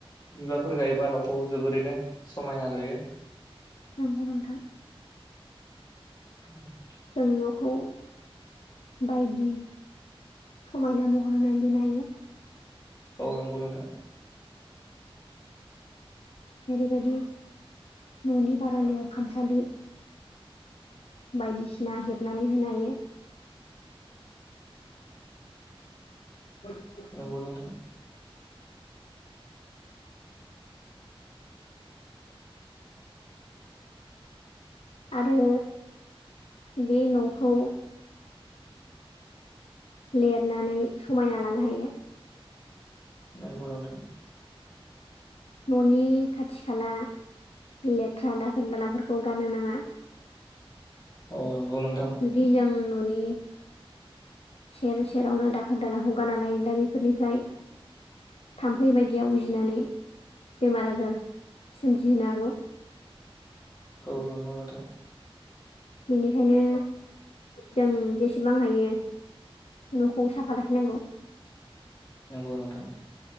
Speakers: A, on the left; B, on the left.
A: बिबारफोर गायोबा न'खौ जोबोरैनो समायना नुयो।
B: नंगौ नोंथां
A: <unintelligible>
B: जों न'खौ बायदि समायना महर होनानै नुनो हायो
A: औ नंगौ नोंथां।
B: ओेरैबायदि न'नि बारान्दायाव खामसालि बायदिसिना हेबनानै होनो हायो <inaudible>
A: नंगौ नोंथां।
B: आरो बे न'खौ लेरनानै समायना लानो हायो
A: नोंगौ नोंथां
B: न'नि खाथि खाला लेथ्रा दाखोर दालाफोरखौ गारनो नाङा।
A: औ नंगौ नोंथां।
B: जुदि जों न'नि सेर सेरावनो दाखोर दालाखौ गाना लायोब्ला बेफोरनिफ्राय थाम्फै बायदिया उजिनानै बेमार आजार सोमजिहोनो हागौ।
A: औ नोंगौ नोंथां।
B: बेनिखायनो जों जेसेबां हायो न'खौ साफा लाखिनांगौ।
A: नंगौ नोंथां।